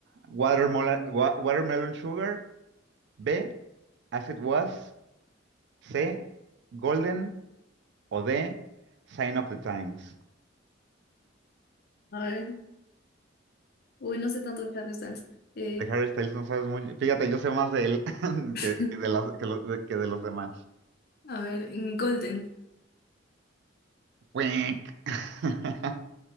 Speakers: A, on the right; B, on the left.
A: Watermelon, wa- watermelon sugar. B. As it was. C. Golden. O D. Sign of the Times.
B: A ver, uy, no sé tanto de Harry Styles. Eh,
A: De Harry Styles no sabes muy. Fíjate, yo sé más de él <laughs> que,
B: <laughs>
A: que de las, que, lo- de, que de los demás.
B: a ver, en Golden.
A: Wink. <laughs>